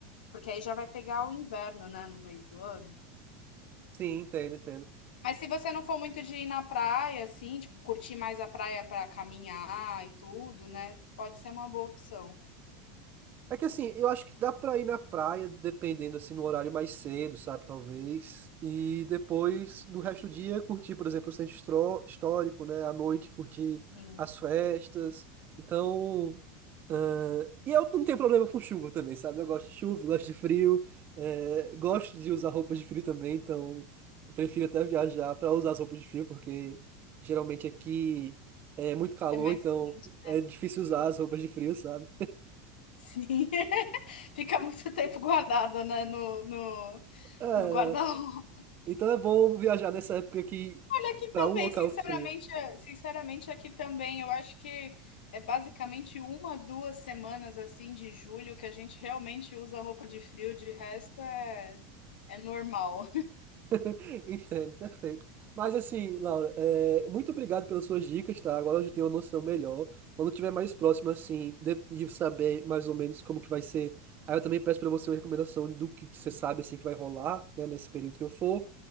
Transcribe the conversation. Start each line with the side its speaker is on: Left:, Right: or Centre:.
Left: porque aí já vai pegar o inverno, né, no meio do ano.
Right: Sim, entendo, entendo.
Left: Mas se você não for muito de ir na praia, assim, tipo, curtir mais a praia para caminhar e tudo, né, pode ser uma boa opção.
Right: É que assim, eu acho que dá pra ir na praia, dependendo assim, no horário mais cedo, sabe, talvez. E depois, do resto do dia, curtir, por exemplo, o centro histro- histórico, né? À noite, curtir
Left: Sim,
Right: as festas. Então. ah, e eu não tenho problema com chuva também, sabe? Eu gosto de chuva, gosto de frio, eh, gosto de usar roupas de frio também, então eu prefiro até viajar pra usar as roupas de frio, porque geralmente aqui é muito calor,
Left: é mais
Right: então
Left: quente.
Right: é difícil usar as roupas de frio, sabe?
Left: Sim, <laughs> fica muito tempo guardada, né, no no
Right: É,
Left: no guarda-roupa.
Right: Então é bom viajar nessa época aqui
Left: Olha, aqui
Right: para
Left: também,
Right: um local
Left: sinceramente
Right: frio.
Left: é- sinceramente, aqui também, eu acho que é basicamente uma 2 semanas, assim, de julho que a gente realmente usa roupa de frio, de resto é é normal.
Right: <laughs> Entendo, perfeito. Mas assim, Laura, é, muito obrigado pelas suas dicas, tá? Agora eu já tenho uma noção melhor. Quando tiver mais próximo, assim, de, e saber mais ou menos como que vai ser, aí eu também peço para você uma recomendação do que você sabe, assim, que vai rolar, né, nesse período que eu for.